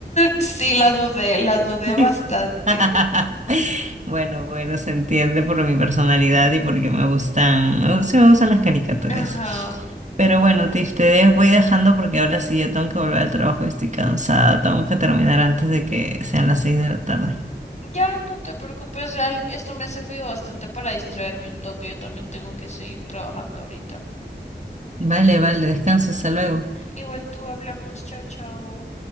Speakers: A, on the left; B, on the right.
A: Sí, la dudé, la dudé
B: <laughs>
A: bastante.
B: <laughs> Bueno, bueno, se entiende por mi personalidad y porque me gustan, me gustan me gustan las caricaturas.
A: Ajá.
B: Pero bueno, Tiff, te dejo- voy dejando porque ahora sí ya tengo que volver al trabajo y estoy cansada. Tengo que terminar antes de que sean las seis de la tarde.
A: Ya, no te preocupes, ya el- esto me ha servido bastante para distraerme un toque. Yo también tengo que seguir trabajando ahorita.
B: Vale, vale, descansa, hasta luego.
A: Igual tú hablamos, chao, chao.